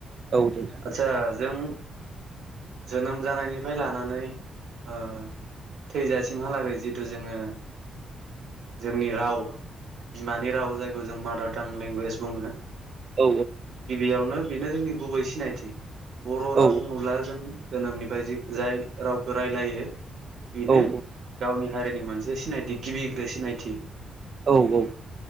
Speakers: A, on the right; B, on the right.
A: औ दे नोंथां
B: आतसा जों जोनोम जानायनिफ्राय लानानै ओ थैजासिमहालागै जि। जोड़ो जोंनि राव बिमा राव जों जों मादार तां लेंगुवेज बुङो
A: औ
B: गिबियावनो। बेनो जोंनि गुबै सिनायथि बर' राव
A: औ
B: बुङोब्ला जों जोनोमनिफ्राय जाय रावखौ रायलायो बेनो
A: औ
B: गावनि हारिनि मोनसे सिनायथि गिबिग्रो सिनायथि।
A: औ औ।